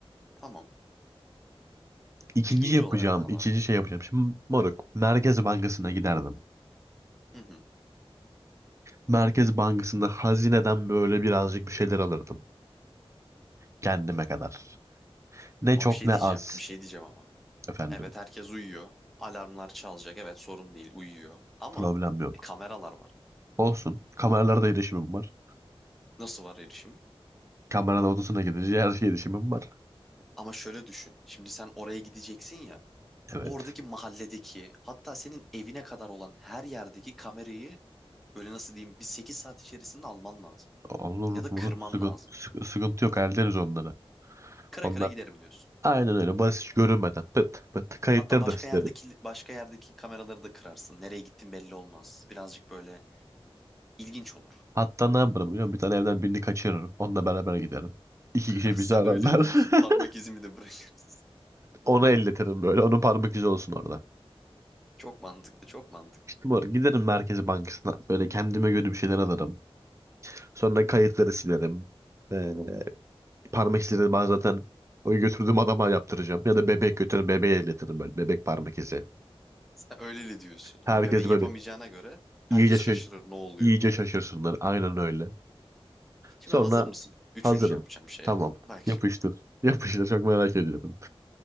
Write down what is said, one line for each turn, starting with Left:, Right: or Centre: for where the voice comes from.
Centre: Tamam.
Right: İkinci
Centre: İkinci
Right: yapacağım,
Centre: olarak ne yapardın?
Right: ikinci şey yapacağım. Şimdi moruk, Merkez Bankası'na giderdim.
Centre: Hı hı.
Right: Merkez Bankası'nda hazineden böyle birazcık bir şeyler alırdım. Kendime kadar. Ne
Centre: Ama
Right: çok
Centre: bir şey
Right: ne
Centre: diyeceğim.
Right: az.
Centre: Bir şey diyeceğim ama.
Right: Efendim,
Centre: Evet herkes uyuyor. Alarmlar çalacak. Evet sorun değil uyuyor. Ama
Right: problem yok.
Centre: e, kameralar var.
Right: Olsun. Kameralara da erişimim var.
Centre: Nasıl var erişimi?
Right: Kameranın odasına gidince her şeye erişimim var.
Centre: Ama şöyle düşün. Şimdi sen oraya gideceksin ya.
Right: Evet.
Centre: Oradaki mahalledeki hatta senin evine kadar olan her yerdeki kamerayı böyle nasıl diyeyim bir 8 saat içerisinde alman lazım.
Right: Olur
Centre: Ya da
Right: moruk,
Centre: kırman
Right: sıkıntı,
Centre: lazım.
Right: sıkı- sıkıntı yok. Hallederiz onları.
Centre: Kıra
Right: Onlar
Centre: kıra giderim diyorsun.
Right: aynen öyle basit görünmeden pıt pıt kayıtları
Centre: Hatta başka
Right: da silerim.
Centre: yerdeki başka yerdeki kameraları da kırarsın. Nereye gittin belli olmaz. Birazcık böyle ilginç olur.
Right: Hatta ne yaparım biliyor musun? Bir tane evden birini kaçırırım. Onunla beraber giderim. İki
Centre: <laughs>
Right: kişi
Centre: Sen
Right: bizi ararlar.
Centre: öyle diyorsun.
Right: <laughs>
Centre: Parmak izimi de bırakırız.
Right: Onu elletirim böyle. Onun parmak izi olsun orada.
Centre: Çok mantıklı, çok mantıklı.
Right: İşte bu arada giderim Merkez Bankası'na. Böyle kendime göre bir şeyler alırım. Sonra kayıtları silerim. Ee, parmak izleri ben zaten o götürdüğüm adama yaptıracağım. Ya da bebek götürürüm. Bebeğe elletirim böyle. Bebek parmak izi.
Centre: Sen öyle de diyorsun. Hani
Right: Herkes
Centre: bebeğin
Right: böyle
Centre: yapamayacağına göre herkes
Right: iyice, şa-
Centre: şaşırır ne oluyor.
Right: iyice şaşırsınlar. Aynen öyle.
Centre: Şimdi
Right: Sonra
Centre: hazır mısın? Üçüncü
Right: hazırım.
Centre: yapacağım şeye.
Right: Tamam.
Centre: Bak
Right: Yapıştır.
Centre: şimdi.
Right: <laughs> Yapıştır. Çok merak ediyorum.